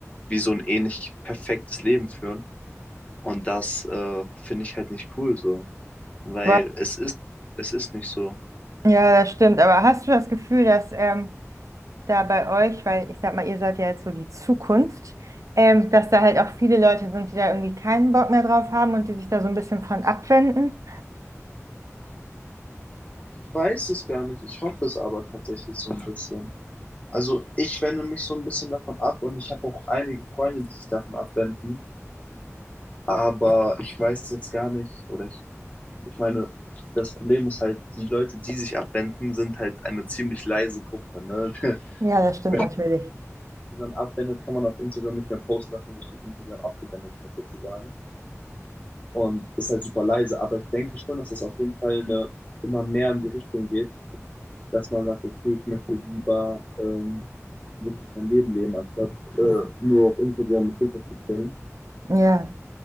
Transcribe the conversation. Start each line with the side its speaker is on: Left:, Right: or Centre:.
Left: wie so ein ähnlich perfektes Leben führen. Und das äh, finde ich halt nicht cool so, weil
Right: Aber,
Left: es ist, es ist nicht so.
Right: ja, das stimmt. Aber hast du das Gefühl, dass ähm, da bei euch, weil ich sag mal, ihr seid ja jetzt so die Zukunft, ähm, dass da halt auch viele Leute sind, die da irgendwie keinen Bock mehr drauf haben und die sich da so ein bisschen von abwenden?
Left: Ich weiß es gar nicht. Ich hoffe es aber tatsächlich so ein bisschen. Also ich wende mich so ein bisschen davon ab und ich habe auch einige Freunde, die sich davon abwenden. Aber ich weiß jetzt gar nicht, oder ich, ich meine, das Problem ist halt, die Leute, die sich abwenden, sind halt eine ziemlich leise Gruppe. Ne? <laughs> Wenn
Right: Ja, das stimmt
Left: man
Right: natürlich.
Left: Instagram abwendet, kann man auf Instagram nicht mehr posten, dass man sich von Instagram abgewendet hat, sozusagen. Und ist halt super leise. Aber ich denke schon, dass das auf jeden Fall eine, immer mehr in die Richtung geht, dass man sagt, okay, ich möchte lieber ähm, wirklich mein Leben leben, anstatt äh, nur auf Instagram und TikTok zu chillen.
Right: Ja,